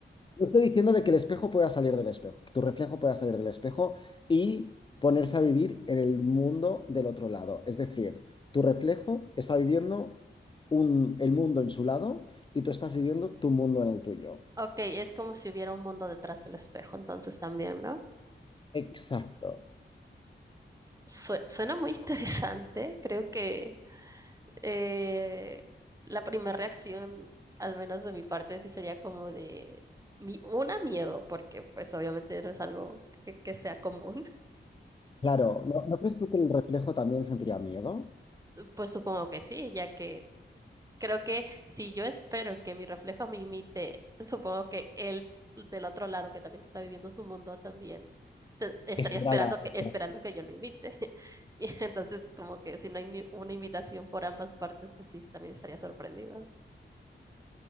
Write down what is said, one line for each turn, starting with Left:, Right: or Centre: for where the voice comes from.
Left: No estoy diciendo de que el espejo pueda salir del espejo, que tu reflejo pueda salir del espejo y ponerse a vivir en el mundo del otro lado. Es decir, tu reflejo está viviendo un- el mundo en su lado y tú estás viviendo tu mundo en el tuyo.
Right: Ok, es como si hubiera un mundo detrás del espejo, entonces también, ¿no?
Left: Exacto.
Right: Sue- suena muy <laughs> interesante. Creo que eh, la primera reacción, al menos de mi parte, sí sería como de mi- una miedo, porque pues obviamente no es algo que, que sea común.
Left: Claro, ¿no, no crees tú que el reflejo también sentiría miedo?
Right: Pues supongo que sí, ya que creo que si yo espero que mi reflejo me imite, supongo que él del otro lado que también está viviendo su mundo también te- estaría
Left: Espera
Right: esperando
Left: la...
Right: que,
Left: espera.
Right: esperando que yo lo imite. <laughs> Y entonces como que si no hay ni una imitación por ambas partes, pues sí, también estaría sorprendido.